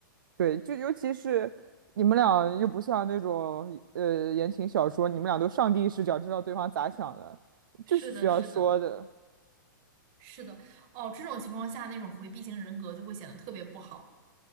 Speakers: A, on the right; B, on the right.
A: 对，就尤其是你们俩又不像那种呃言情小说，你们俩都上帝视角知道对方咋想的，就是需要说的。
B: 是的，是的，是的。哦，这种情况下，那种回避型人格就会显得特别不好。